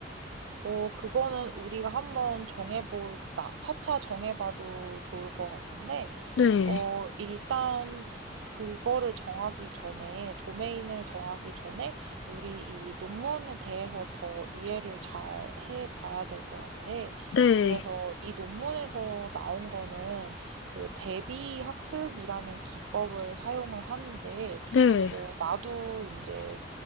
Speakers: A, on the right; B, on the left.
A: 어, 그거는 우리가 한번 정해보, 나, 차차 정해봐도 좋을 것 같은데,
B: 네,
A: 어, 음. 일단 그거를 정하기 전에, 도메인을 정하기 전에, 우리 이 논문에 대해서 더 이해를 잘 해봐야 될 것 같아.
B: 네,
A: 그래서 이 논문에서 나온 거는 그 대비 학습이라는 기법을 사용을 하는데,
B: 네,
A: 어, 나도 이제